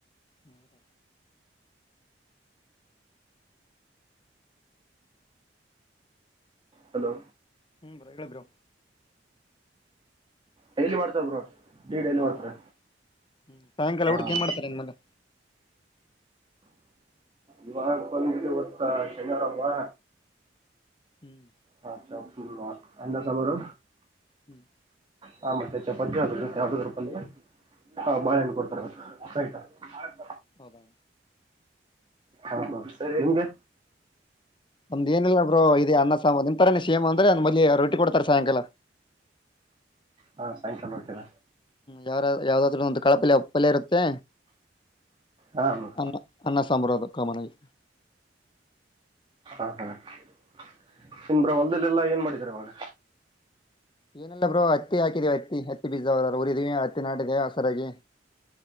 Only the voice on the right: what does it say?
ಹಲೋ
ಡೈಲಿ ಮಾಡ್ತಾರ ಬ್ರೋ ಟೀ ಡೈಲಿ
ಮಾಡ್ತಾರೆ
ಹಾ
ಬ್ರೋ
ಇವಾಗ ಬಂದಿದೆ ಐವತ್ತು ಶನಿವಾರ ಅಲ್ವಾ
ಹಾ ಚಾ ಅನ್ನ ಸಾಂಬಾರು
ಹಾ ಮತ್ತೆ ಚಪಾತಿ ಆದ್ರೂ ಜೊತೆ ಯದಾದ್ರೂ ಪಲ್ಯ ಹಾ
ಬಾಳಹಣ್ಣ್
ಕೊಡ್ತಾರೆ ಮತ್ತ್ <unintelligible>
ಹಾ ಬ್ರೋ ಸರಿ ನಿಮಗೆ
ಹಾ ಸಾಯಂಕಾಲ ರೊಟ್ಟಿನ
ಹಾಂ ಬ್ರೋ
ಹಾ ಹಾ <inaudible> ಏನ್ ಬ್ರೋ ಹೊಲದಲೆಲ್ಲಾ ಏನ್ ಮಾಡಿದಿರಾ ಇವಾಗ